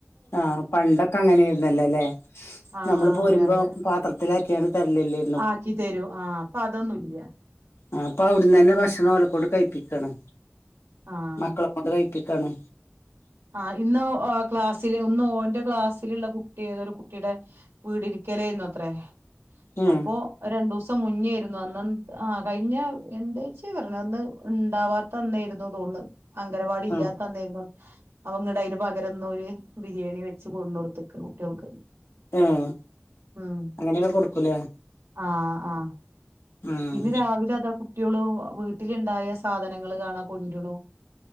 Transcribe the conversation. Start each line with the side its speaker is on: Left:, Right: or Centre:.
Left: ആഹ് പണ്ടൊക്കെ അങ്ങനെ ആയ്രുന്നല്ലോ അല്ലേ
Right: ആഹ്
Left: നമ്മള് പോരുമ്പോ
Right: അതെ അതെ
Left: പാത്രത്തിലാക്കിയാണ് തരലില്ലേ
Right: ആക്കി തരൂ ആഹ് ഇപ്പൊ അതൊന്നും ഇല്ല്യ
Left: ആഹ് ഇപ്പൊ അവിടന്ന് തന്നെ ഭക്ഷണം ഓലെ കൊണ്ട് കഴിപ്പിക്കാണ്
Right: ആഹ്
Left: മക്കളെ കൊണ്ട് കഴി ക്കാണ്
Right: ആഹ് ഇന്ന് ക്ലാസ്സില് ഒന്ന് ഓറെ ക്ലാസ്സിലുള്ള കുട്ടി ഏത ഒരു കുട്ടിടെ വീടിരിക്കലേന്ന് അത്രേ
Left: ഉം
Right: അപ്പൊ രണ്ടു ദിവസം മുന്നേ ആയിരുന്നു അന്ന് ആ കഴിഞ്ഞ എന്താഴ്ച്ചേ പറഞ്ഞത് ഉണ്ടാവാ തന്നായിരുന്നു തോന്ന് അംഗനവാടി ഇല്ലാത്ത
Left: ഉം
Right: അന്നായിരുന്നു അവങ്ങടെ അയ്ന് പകരന്നോരു ബിരിയാണി വെച്ച് കൊട്ന്ന് കൊടുത്തക്ക കുട്ടികൾക്ക്
Left: ആഹ്
Right: ഉം
Left: അങ്ങനെയൊക്കെ കൊടുക്കൂലേ
Right: ആഹ് ആഹ്
Left: ആഹ്
Right: പിന്നെ രാവിലെ അതാ കുട്ട്യോളും വീട്ടിലുണ്ടായ സാധനങ്ങള് കാണാ കൊണ്ടുണു